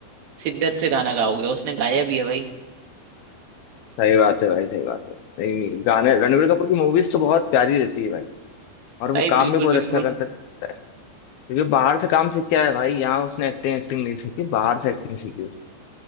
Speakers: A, on the right (about 60°); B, on the left (about 70°).
A: शिद्दत से गाना गाओगे और उसने गाया भी है भाई
B: सही बात है भाई सही बात है नहीं गाने रणबीर कपूर की मूवीज तो बहुत प्यारी रहती है भाई और वो
A: भाई
B: काम
A: बिल्कुल
B: भी बहुत
A: बिल्कुल
B: अच्छा कर सकता है क्योंकि बाहर से काम सीख के आया है भाई यहाँ उसने एक्टिंग एक्टिंग नहीं सीखी बाहर से एक्टिंग सीखी उसने।